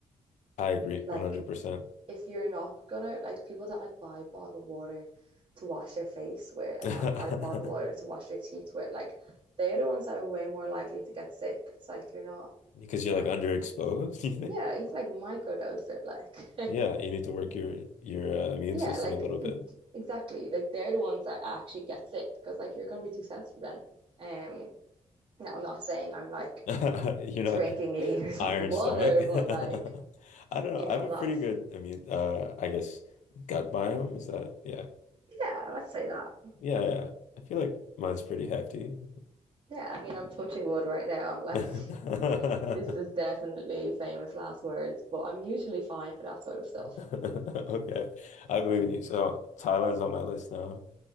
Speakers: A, on the left; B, on the right.
A: I agree
B: Like
A: 100%.
B: if you're not gonna like people that like buy bottled water to wash their face with and
A: <laughs>
B: like buy bottled water to wash their teeth with, like they're the ones that are way more likely to get sick. It's like you're not,
A: Because you're
B: you
A: like
B: know,
A: underexposed, <laughs> You think?
B: yeah, you can like microdose it, like <laughs>
A: Yeah, you need to work your your uh, immune
B: yeah,
A: system
B: like
A: a little bit.
B: e-, exactly. Like they're the ones that actually get sick because like you're gonna be too sensitive then. Um, now I'm not saying I'm like
A: <laughs> You're
B: drinking
A: not
B: <laughs> liters
A: iron
B: of the water,
A: stomach. <laughs>
B: but like,
A: I don't know.
B: you know,
A: I have
B: I'm
A: a
B: not,
A: pretty good immune uh I guess gut biome is that yeah.
B: yeah, let's say that.
A: Yeah, yeah. I feel like mine's pretty hefty.
B: Yeah, I mean, I'm touching wood right now. I'm like,
A: <laughs>
B: This is definitely famous last words, but I'm usually fine for that sort of stuff.
A: Okay. I believe in you. So Thailand's on my list now.